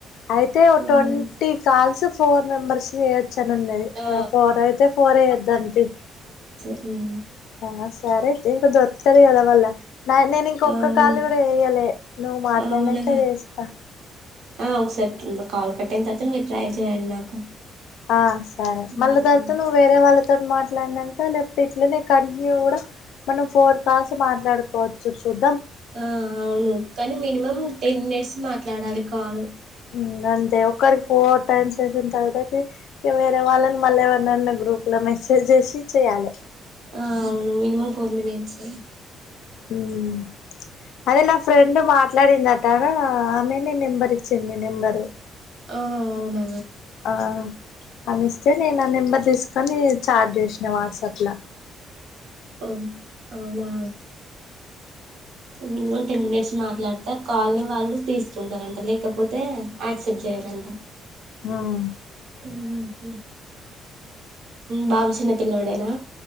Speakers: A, on the left; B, on the right.
A: అయితే ఓ
B: ఉమ్.
A: ట్వంటీ కాల్స్ ఫోర్ మెంబర్స్ చేయచ్ చనున్నది
B: ఆ
A: అయితే ఫోర్ అయితే ఫోర్ ఏ చేద్దాం తీ
B: మ్మ్
A: ఆ సరేతే ఇంకా దొరుకుతాది కదా వాళ్ళ నేను ఇంకొక్క
B: అవును
A: కాళ్ కూడా చేయ్యలే నువ్వు మాట్లాడినాక
B: అవునా
A: చేస్తా
B: ఆ ఒకసారి కింద కాల్ కట్టయిన తర్వాత మీరు ట్రై చేయండి నాకు
A: ఆ సరే
B: హ్మ్.
A: మళ్ళ తర్వాత నువ్వు వేరే వాళ్ళ తోని మాట్లాడినాక లేకపోతే ఇట్లనే కంటిన్యూ కూడా మనం ఫోర్ కాల్స్ మాట్లాడుకోవచ్చు చూద్దాం
B: ఆ అవును కానీ మినిమం టెన్ మినిట్స్ మాట్లాడాలి కాల్
A: మ్మ్ అంతే ఒకరికి ఫోర్ టైమ్స్ వేసిన తర్వాతకి వేరే వాళ్ళని మళ్ళ ఎవరన్న గ్రూప్ లో మెసేజ్ చేసి చేయ్యాలె
B: ఆ అవును మినిమం ఫోర్ మినిట్స్
A: అమ్ అదేలా ఫ్రె కింద మార్ మాట్లాడిందతనా ఆమె నేన్ నెంబర్ ఇస్ చిన్ని నెంబరు
B: ఆ అవునా
A: ఆ ఆలిస్తే ఇస్తే నేను ఆ నెంబర్ తీసుకొని చాట్ చేసినా వాట్సాప్ ల
B: ఓ అవులా మినిమం టెన్ మినిట్స్ మాట్లాడితే కాల్ ని వాళ్ళు తీసుకుంటారంట లేకపోతే యాక్సెప్ట్ చెయ్యరంట
A: మ్మ్
B: ఉమ్ బాబు చిన్న పిల్లడేనా